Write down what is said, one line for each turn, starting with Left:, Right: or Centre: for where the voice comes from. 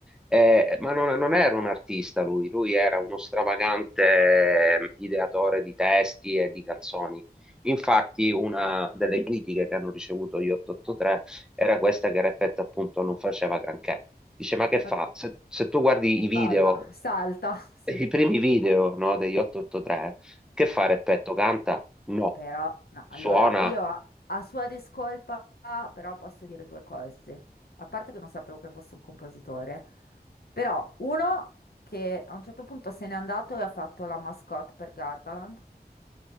Centre: Eh, ma non, non era un artista lui, lui era uno stravagante eh, ideatore di testi e di canzoni. Infatti, una delle critiche che hanno ricevuto gli 883 era questa che Repet appunto non faceva granché. Dice, ma che fa?
Left: Ma-
Centre: Se, se tu guardi i
Left: Balla,
Centre: video,
Left: salta, <laughs> sì.
Centre: <laughs> i primi video, no, degli 883, che fa Repetto? Canta? No.
Left: Però, no,
Centre: Suona?
Left: allora io a, a sua discolpa, però posso dire due cose. A parte che non sapevo che fosse un compositore, però uno che a un certo punto se n'è andato e ha fatto la mascotte per Gardaland,